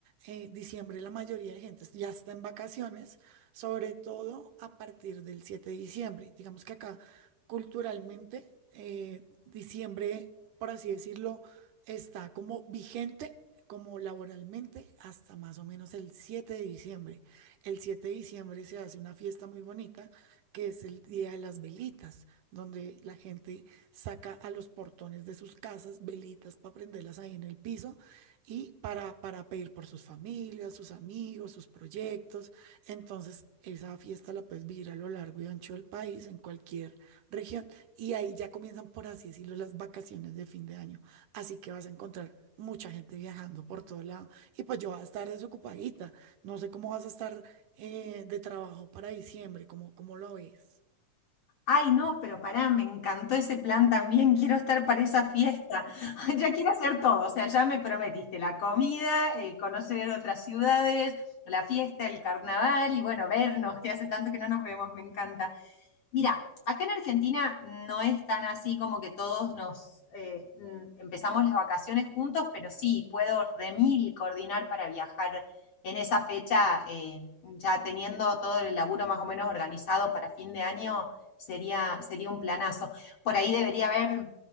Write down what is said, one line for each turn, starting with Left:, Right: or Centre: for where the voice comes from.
Right: eh, diciembre la mayoría de gente ya está en vacaciones, sobre todo a partir del 7 de diciembre. Digamos que acá culturalmente eh, diciembre, por así decirlo, está como vigente. como laboralmente hasta más o menos el 7 de diciembre. El 7 de diciembre se hace una fiesta muy bonita que es el Día de las Velitas, donde la gente saca a los portones de sus casas velitas para prenderlas ahí en el piso y para, para pedir por sus familias, sus amigos, sus proyectos. Entonces, esa fiesta la puedes vivir a lo largo y ancho del país, en cualquier región. Y ahí ya comienzan, por así decirlo, las vacaciones de fin de año. Así que vas a encontrar mucha gente viajando por todo lado. Y pues yo voy a estar desocupadita. No sé cómo vas a estar eh, de trabajo para diciembre, cómo, cómo lo ves.
Left: Ay, no, pero pará, me encantó ese plan también. Quiero estar para esa fiesta. <laughs> Ya quiero hacer todo. O sea, ya me prometiste la comida, eh, conocer otras ciudades, la fiesta, el carnaval y bueno, vernos, que hace tanto que no nos vemos, me encanta. Mira, acá en Argentina no es tan así como que todos nos eh, mm, empezamos las vacaciones juntos, pero sí, puedo remil coordinar para viajar en esa fecha, eh, ya teniendo todo el laburo más o menos organizado para fin de año, sería, sería un planazo. Por ahí debería haber,